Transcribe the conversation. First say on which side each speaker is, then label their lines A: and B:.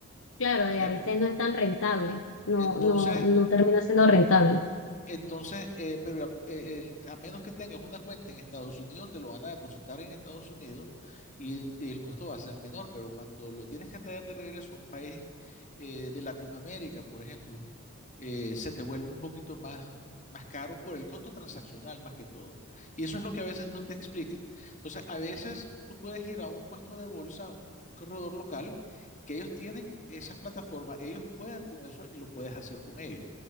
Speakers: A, on the left; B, on the left.
A: Claro, y
B: ¿ya?
A: a veces
B: Por-
A: no es tan rentable, no,
B: Entonces,
A: no, no termina siendo rentable.
B: Entonces, eh, pero a eh, el- a menos que tengas una cuenta en Estados Unidos, te lo van a depositar en Estados Unidos y, en- y el costo va a ser menor, pero cuando lo tienes que traer de regreso a un país eh, de Latinoamérica, por ejemplo, eh, se te vuelve un poquito más, más caro por el costo transaccional más que todo. Y eso es lo que a veces no te explican. Entonces, a veces tú puedes ir a un puesto de bolsa, a un corredor local, que ellos tienen esas plataformas, ellos juegan con eso y lo puedes hacer con ellos.